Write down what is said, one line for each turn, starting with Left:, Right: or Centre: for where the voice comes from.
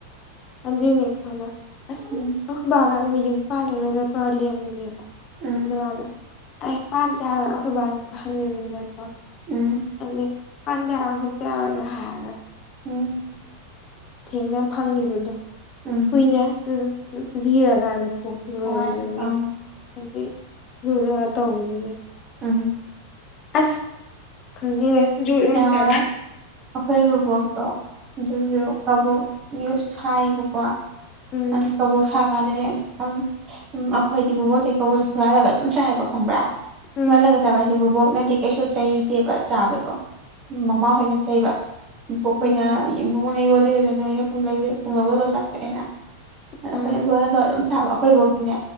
Left: ꯑꯗꯨꯏꯅꯦ ꯈꯪꯕꯔꯥ ꯑꯁ
Right: ꯎꯝ
Left: ꯑꯩꯈꯣꯏ ꯕꯅꯥ ꯑꯗꯨ ꯌꯨꯝ ꯄꯥꯗꯔꯒ ꯇꯧꯂꯃ ꯌꯦꯕ
Right: ꯎꯝ
Left: ꯑꯗꯨꯒꯀꯥꯟꯂ ꯑꯩ ꯄꯥꯟ ꯒꯦ ꯍꯥꯏꯕꯥ ꯑꯩꯈꯣꯏ ꯕꯥ ꯅꯥ ꯑꯍꯟ ꯑꯣꯏꯕꯅꯤꯅꯥꯀꯣ
Right: ꯎꯝ
Left: ꯑꯗꯨ ꯄꯟ ꯌꯥꯔꯣꯏ ꯌꯥꯇꯣꯏ ꯈꯠꯇꯦ ꯌꯥꯔꯣꯏꯒ ꯍꯥꯏꯒ
Right: ꯎꯝ
Left: ꯊꯦꯡꯅ ꯐꯪꯈꯤꯕꯗꯣ
Right: ꯎꯝ
Left: ꯀꯨꯏꯅ ꯂꯤꯔꯀꯥꯟꯗ ꯀꯣꯛꯁꯤ ꯂꯣꯏꯕꯗꯨꯒꯤ
Right: ꯍꯣꯏ ꯑꯪ
Left: ꯍꯥꯏꯗꯤ ꯂꯨꯗꯒꯥꯟ ꯇꯧꯕꯗꯨꯒꯤ
Right: ꯎꯝ
Left: ꯑꯁ ꯈꯪꯉꯦ ꯆ
Right: ꯅꯍꯥꯟꯋꯥꯏ ꯑꯩꯈꯣꯏ ꯕꯨꯕꯣꯛꯇꯣ ꯑꯗꯨꯁꯨ ꯀꯕꯣꯛ ꯌꯨ ꯁꯥꯏꯌꯦꯕꯀꯣ
Left: ꯎꯝ
Right: ꯑꯅꯤ ꯀꯥꯕꯣꯛ ꯁꯥ ꯗ ꯑꯝ ꯑꯩꯈꯣꯏꯗꯤ ꯕꯕꯣꯛ ꯇꯩ ꯀꯕꯣꯛ ꯀꯁꯤ ꯍꯨꯔꯥꯜꯂꯒ ꯑꯗꯨꯝ ꯆꯥꯏꯕ ꯈꯪꯕ꯭ꯔꯥ
Left: ꯎꯝ
Right: ꯍꯨꯔꯜꯂꯥꯒ ꯆꯥꯕ ꯍꯥꯏꯁꯦ ꯕꯕꯣꯛꯅꯗꯤ ꯀꯩꯁꯨ ꯆꯩꯗꯦꯕ ꯆꯥꯕꯗꯣ ꯃꯃꯥ ꯍꯣꯏꯅ ꯆꯩꯕ ꯏꯕꯣꯛꯈꯣꯏꯅ
Left: ꯎꯝ ꯎꯝ
Right: ꯅ ꯌꯣꯜꯂꯤꯗꯨꯗ ꯅ ꯑꯣꯏꯩꯅ ꯄꯨꯡꯂꯩꯁꯤ ꯄꯨꯡ ꯂꯧꯗꯗ ꯆꯥꯊꯣꯛꯑꯦꯅ ꯑꯩꯈꯣꯏꯅ
Left: ꯑꯥ
Right: ꯂꯗꯣꯝ ꯆꯞ ꯆꯥꯕ ꯑꯩꯈꯣꯏ ꯕꯨꯕꯣꯛꯇꯤꯅꯦ